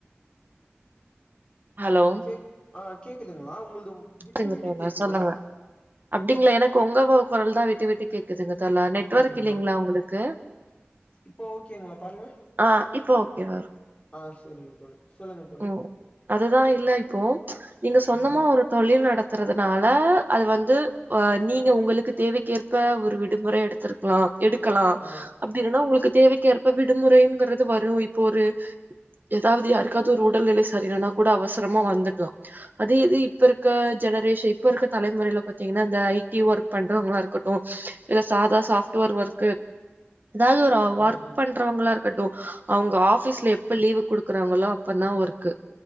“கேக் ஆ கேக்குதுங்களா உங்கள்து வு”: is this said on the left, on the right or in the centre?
Left